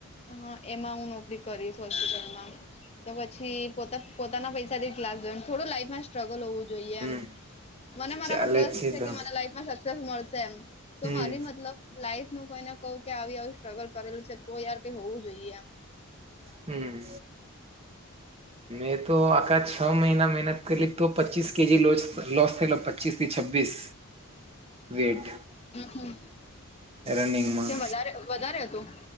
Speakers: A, on the left; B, on the right.
A: હા એમાં હું નોકરી કરીશ હોસ્પિટલમાં. તો પછી પોતા પોતાના પૈસાથી ક્લાસ જોઈન થોડું લાઈફમાં સ્ટ્રગલ હોવું જોઈએ
B: હમ
A: એમ મને મારા
B: ચાલે
A: પર ટ્રસ્ટ છે
B: તો
A: કે મને લાઈફ મને સક્સેસ મળશે એમ તો
B: હમ
A: મારી મતલબ લાઈફ નું કોઈને કહું કે આવી આવી સ્ટ્રગલ કરેલું છે. તો યાર કઈ હોવું જોઈએ આમ.
B: હમ્મ મેં તો આખા છ મહિના મહેનત કરેલી તો પચીસ કે જી લોસ લોસ થયેલો પચીસ થી છબ્બવીસ વેટ.
A: હમ
B: રનિંગમાં.
A: કેમ વધારે વધારે હતું.